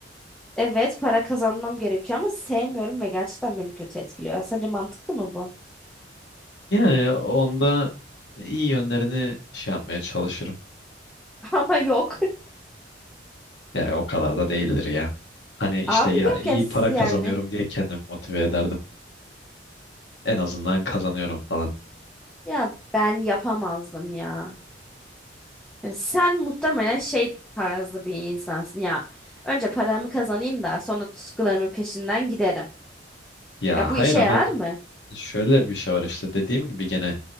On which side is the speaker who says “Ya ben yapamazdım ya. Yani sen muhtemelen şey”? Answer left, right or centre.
Centre